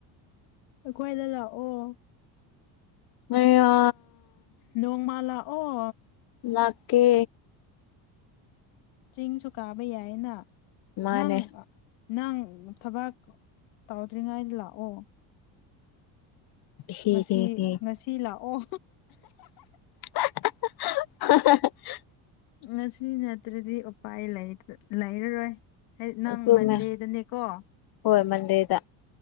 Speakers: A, on the left; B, on the left.
A: ꯑꯩꯈꯣꯏꯗ ꯂꯥꯛꯑꯣ
B: ꯑꯌꯥ
A: ꯅꯣꯡꯃ ꯂꯛꯑꯣ
B: ꯂꯛꯀꯦ
A: ꯆꯤꯡꯁꯨ ꯀꯥꯕ ꯌꯥꯏꯅ
B: ꯃꯥꯅꯦ
A: ꯅꯪ ꯅꯪ ꯊꯕꯛ ꯇꯧꯗ꯭ꯔꯤꯉꯩꯗ ꯂꯥꯛꯑꯣ
B: ꯍꯤ
A: ꯉꯁꯤ
B: ꯍꯤ ꯍꯤ
A: ꯉꯁꯤ ꯂꯥꯛꯑꯣ
B: <unintelligible>
A: ꯉꯁꯤ ꯅꯠꯇ꯭ꯔꯗꯤ ꯎꯄꯥꯏ ꯂꯩꯔꯔꯣꯏ ꯅꯪ
B: ꯆꯨꯝꯃꯦ
A: ꯃꯟꯗꯦꯗꯅꯦꯀꯣ
B: ꯍꯣꯏ ꯃꯟꯗꯦꯗ